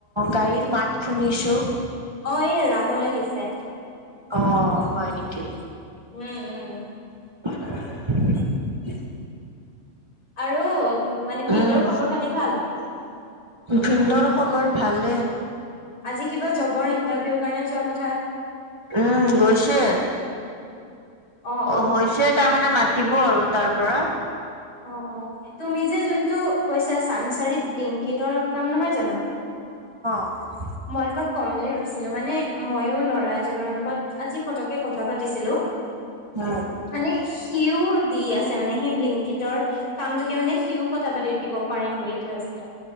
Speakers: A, on the right; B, on the left.
A: গাড়ীৰ মাত শুনিছোঁ।
B: অ', এই ৰাহুল আহিছে।
A: অ', হয় নেকি।
B: উম, উম।
A: <inaudible>
B: আৰু মানে ভিনদ'ৰ
A: উম
B: খবৰ খাতি ভাল?
A: ভিনদৰ খবৰ ভালে।
B: আজি কিবা জ'বৰ ইন্টাৰভিউৰ কাৰণে যোৱা কথ
A: উম, গৈছে
B: অ অ
A: হৈছে তাৰমানে মা দিব আৰু তাৰ পৰা।
B: অ', অ', তুমি যে যোনটো কৈছা চানমাৰিত ব্লিংকিটৰ কাম নহয় জানো।
A: <inaudible>
B: মই তোমাক ক'ম বুলি ভাবিছিলো মানে ময়ো ল'ৰা এজনৰ লগত আজি পতককে কথা পাতিছিলো
A: উম
B: মানে সিওঁ দি আছে মানে সেই ব্লিং টৰ কামটোকে মানে সিওঁ কথা পাতি দিব পাৰিম বুলি কৈ আছিলে